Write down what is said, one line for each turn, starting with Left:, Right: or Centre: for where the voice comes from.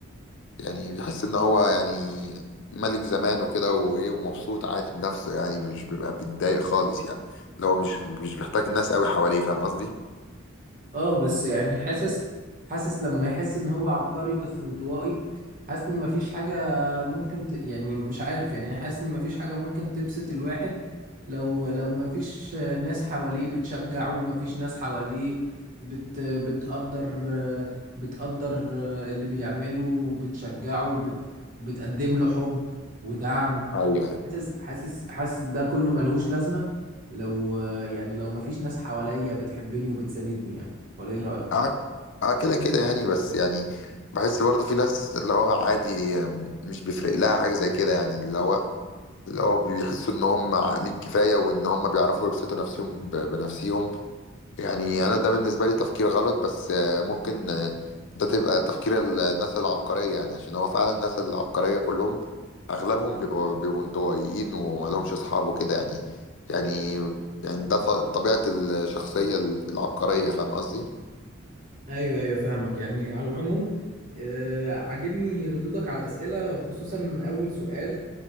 Left: يعني بيحس ان هو يعني ملك زمان وكده وايه ومبسوط عادي بنفسه يعني مش بيبقى بيتضايق خالص يعني اللي هو مش مش بيحتاج ناس قوي حواليه فاهم قصدي
Right: اه بس يعني حاسس حاسس لما يحس ان هو عبقري بس انطوائي حاسس ان مفيش حاجة ممكن ت... يعني مش عارف يعني أنا حاسس ان مفيش حاجة ممكن تبسط الواحد لو لو مفيش ناس حواليه بتشجعه مفيش ناس حواليه بت... بتقدر بتقدر اللي بيعمله وبتشجعه وبت... وبتقدم له حب ودعم
Left: ايوه
Right: حاسس حاسس حاسس ده كله ملهوش لازمة لو يعني لو مفيش ناس حواليا بتحبني وبتساندني يعني ولا ايه رأيك؟
Left: اه آه كده كده يعني بس يعني بحس برضه في ناس اللي هو عادي آم، مش بيفرق لها حاجة زي كده يعني اللي هو اللي هو بيحسوا ان هم عاقلين كفاية وان هم بيعرفوا يبسطوا نفسهم ب- بنفسهم يعني انا ده بالنسبه لي تفكير غلط بس آه، ممكن آه، ده تبقى تفكير الناس العبقريه يعني عشان هو فعلا الناس العبقريه كلهم اغلبهم بيبقوا بيبقوا انطوائيين وما لهمش اصحاب وكده يعني يعني يعني ده ط- طبيعه الشخصيه العبقريه فاهم قصدي؟
Right: ايوه ايوه فاهمك يعني على العموم آه، عاجبني ردودك على الاسئله خصوصا اول سؤال